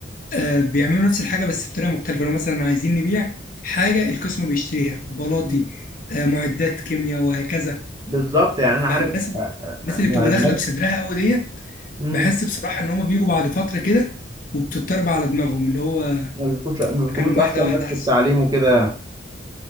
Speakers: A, on the left; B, on the right.
A: آه بيعملوا نفس الحاجه بس بطريقه مختلفه لو مثلا عايزين نبيع حاجه القسم بيشتريها بلاطي
B: مم.
A: آه معدات كيمياء وهكذا
B: بالظبط يعني انا
A: فالناس
B: عارف آه، آه،
A: الناس
B: آه، يعني
A: اللي بتبقى
B: الناس
A: داخله بصدرها قوي ديت
B: مم،
A: بحس بصراحه ان هم بيجوا بعد فتره كده وبتضطرب على دماغهم اللي هو
B: ما بيكونش ما بيكونوش
A: كان واحده
B: احسن
A: واحده
B: ناس
A: احسن
B: في التعليم وكده